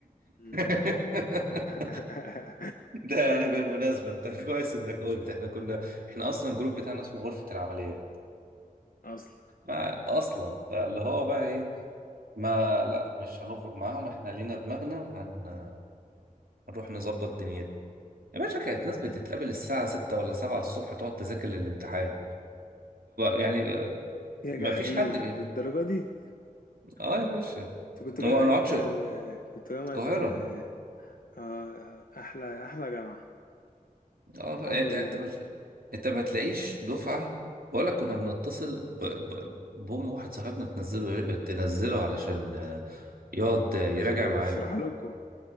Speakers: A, on the left; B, on the right.
A: مم.
B: <laughs> <laughs>
A: <laughs>
B: ده يعني بالمناسبة انت <laughs> كويس انك قلت احنا كنا احنا اصلا الجروب بتاعنا اسمه غرفة العمليات
A: أصلا
B: ما اصلا فاللي هو بقى ايه ما لا مش هنخرج معاهم احنا لينا دماغنا وهنروح نظبط دنيتنا يا باشا كانت ناس بتتقابل الساعة 6 ولا 7 الصبح تقعد تذاكر للامتحان يعني
A: يا
B: ما
A: جحدين
B: فيش حد بيه
A: للدرجة دي
B: اه يا باشا
A: انت كنت جامعة
B: هو ما نقعدش
A: ال... كنت جامعة
B: القاهرة
A: ال... آه أحلى أحلى جامعة
B: اه لا،
A: الحمد
B: انت
A: لله
B: انت مش انت ما تلاقيش دفعه ولا كنا بنتصل ب... ب... بام واحد صاحبنا تنزله تنزله علشان آه، يقعد آه، يراجع
A: عشان يشرح
B: معانا
A: لكم